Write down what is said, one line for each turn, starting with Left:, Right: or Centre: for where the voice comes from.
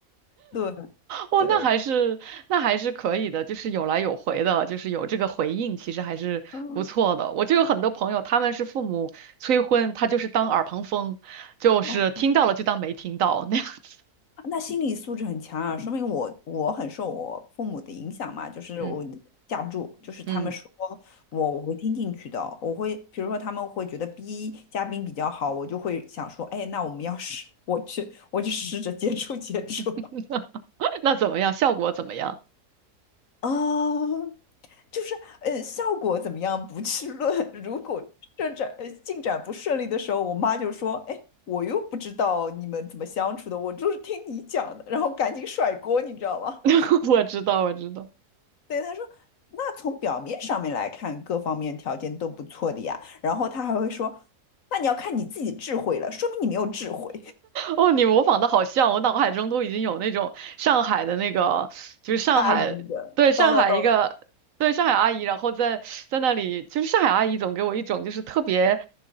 Left: 对，
Right: 哦，
Left: 对，
Right: 那还是那还是可以的，就是有来有回的，就是有这个回应，其实还是不错的。
Left: 嗯，
Right: 我就有很多朋友，他们是父母催婚，他就是当耳旁风，就是听到了就当没听到那样子。
Left: 哦，那心理素质很强啊，说明我我很受我父母的影响嘛，就是我架不住，
Right: 嗯
Left: 就是他们说
Right: 嗯。
Left: 我我会听进去的，我会比如说他们会觉得 B 嘉宾比较好，我就会想说，哎，那我们要是我去我就试着接触接触
Right: <laughs> 那怎么样？效果怎么样？
Left: 啊，就是呃，效果怎么样不去论。<laughs> 如果进展呃进展不顺利的时候，我妈就说：“哎，我又不知道你们怎么相处的，我就是听你讲的。”然后赶紧甩锅，你知道吗？
Right: <laughs> 我知道，我知道。
Left: 对，她说。那从表面上面来看，各方面条件都不错的呀。然后她还会说：“那你要看你自己智慧了，说明你没有智慧。”
Right: 哦，你模仿的好像，我脑海中都已经有那种上海的那个，就是上海，
Left: 阿姨的叨叨叨，
Right: 对，上海一个，对，上海阿姨，然后在在那里，就是上海阿姨总给我一种就是特别，